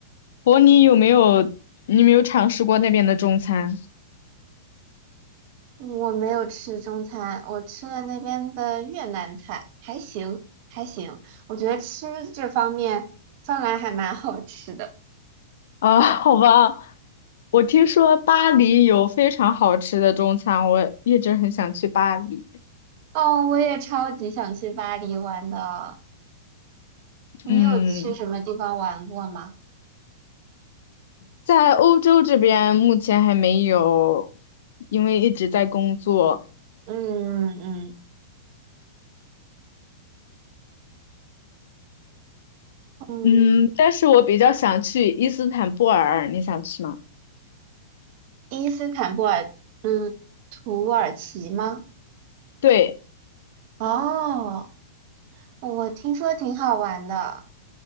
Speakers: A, on the left; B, on the right.
A: 伯尼有没有你有没有尝试过那边的中餐
B: 我没有吃中餐，我吃了那边的越南菜，还行还行。我觉得吃这方面芬兰还蛮好吃的。
A: 啊？<laughs> 好吧，我听说巴黎有非常好吃的中餐，我一直很想去巴黎。
B: 哦，我也超级想去巴黎玩的。你有去什么地方玩过吗？
A: 嗯，在欧洲这边目前还没有，因为一直在工作。
B: 嗯嗯嗯，
A: 嗯，但是我比较想去伊斯坦布尔，你想去吗？
B: 伊斯坦布尔，嗯，土耳其吗？
A: 对，
B: 哦。哦我听说挺好玩的，